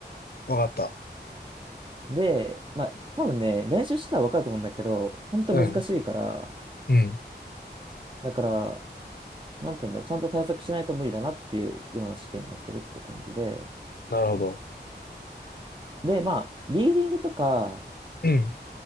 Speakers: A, on the left (about 60°); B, on the right (about 25°).
A: わかった。
B: で、まあ、多分ね、練習してたら分かると思うんだけど、ほんと難しいから、
A: うん。うん。
B: だから、なんていうんだ、ちゃんと対策しないと無理だなっていうような試験になってるって感じで、
A: なるほど。
B: で、まあ、リーディングとか、
A: うん。